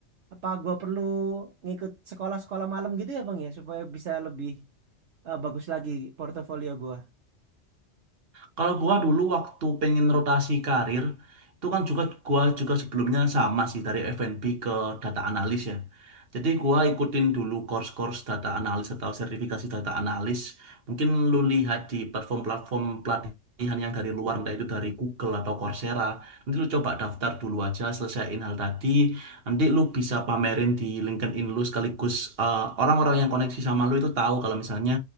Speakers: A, on the right; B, on the right.
A: Apa gua perlu ngikut sekolah-sekolah malam gitu ya bang ya supaya bisa lebih eh, bagus lagi portofolio gua?
B: Kalau gua dulu waktu pengen rotasi karir, itu kan juga gua juga sebelumnya sama sih dari F&B ke data analis ya. Jadi gua ikutin dulu course-course data analis atau sertifikasi data analis. Mungkin lu lihat di platform-platform pelatihan yang dari luar, entah itu dari Google atau Coursera. Nanti lu coba daftar dulu aja, selesaiin hal tadi. Nanti lu bisa pamerin di LinkedIn lu sekaligus eh, orang-orang yang koneksi sama lu itu tahu kalau misalnya